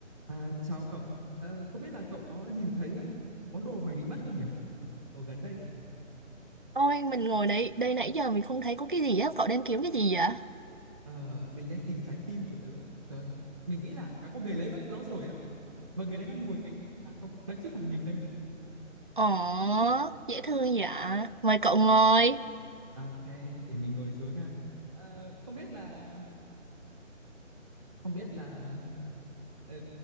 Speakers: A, in the centre; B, on the right.
A: À, chào cậu. Ờ, không biết là cậu có nhìn thấy ờ, món đồ mình bị mất không nhỉ? Ở gần đây á,
B: Ôi, mình ngồi đây, đây nãy giờ mình không thấy có cái gì á, cậu đang kiếm cái gì vậy?
A: ờ, mình đang tìm trái tim của tớ. á. Trời, mình nghĩ là đã có người lấy mất nó rồi á. Và người đấy đang ngồi cạnh, à không, đang trước mặt mình đây.
B: Ồ, dễ thương vậy Mời cậu ngồi.
A: Ok, để mình ngồi xuống ha. Ờ, không biết là, không biết là, ờ,